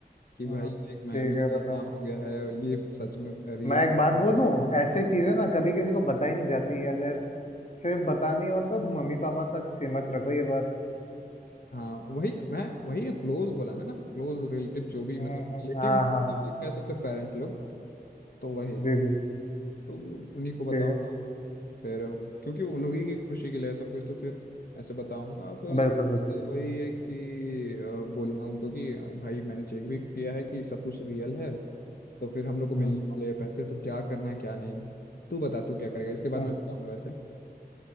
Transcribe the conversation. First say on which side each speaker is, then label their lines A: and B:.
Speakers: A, on the left; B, on the left.
A: कि
B: हम्म
A: भाई
B: ठीक
A: देख मैं मेरा
B: है बता
A: इतना हो गया है ये सच में रियल
B: मैं एक बात बोलूं ऐसे चीजें ना कभी किसी को बताई नहीं जाती अगर सिर्फ बतानी हो तो मम्मी पापा तक सीमित रखो ये बात
A: हाँ वही मैं वही क्लोज बोला मैं ना क्लोज रिलेटिव जो भी
B: हम्म,
A: मतलब
B: हम्म,
A: रिलेटिव
B: हाँ हाँ हाँ
A: कह सकते हैं पेरेंट लोग तो वही
B: जी जी
A: तो उन्हीं को बताऊंगा
B: ठीक है
A: फिर वो- क्योंकि उन लोग ही की खुशी के लिए सब कुछ तो फिर ऐसे बताऊंगा फिर उस
B: बिल्कुल बिल्कुल
A: तो वही है कि अ, बोलूंगा उनको कि भाई मैंने चेक भी किया है कि सब कुछ रियल है तो फिर हम लोग को मिलने
B: हम्म
A: वाले हैं पैसे तो क्या करना है क्या नहीं तू बता तू क्या करेगा इसके बाद
B: हम्म।
A: मैं बताऊंगा वैसे